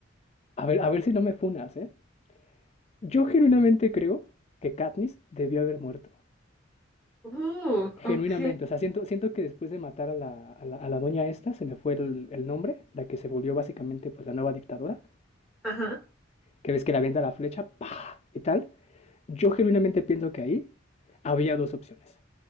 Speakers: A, on the left; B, in the centre.
A: a ver, a ver si no me funas, ¿eh? Yo genuinamente creo que Katniss debió haber muerto.
B: Uh,
A: Genuinamente,
B: ok.
A: o sea, siento, siento que después de matar a la, a la, a la doña esta, se me fue el, el nombre, la que se volvió básicamente pues la nueva dictadora.
B: Ajá.
A: que ves que le avienta la flecha, ¡pah! y tal. Yo genuinamente pienso que ahí había dos opciones.